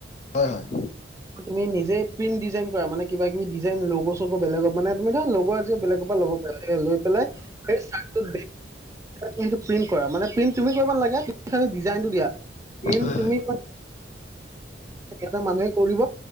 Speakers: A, on the left; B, on the right.
A: হয় হয়
B: তুমি নিজেই প্ৰিণ্ ডিাইন কৰা মানে কিবা কিবি ডিজাইন লগ' চগ বেলেগ মানে তুমি ধৰা লগৰ আজি বেগত। লৈ পিলাই বেক চাইড টো তুমি পিন কৰিব নেলাগে। ডিজাইনটো দিয়া
A: হয়
B: তুমি
A: হয় হয়
B: এটা মানুহে কৰিব।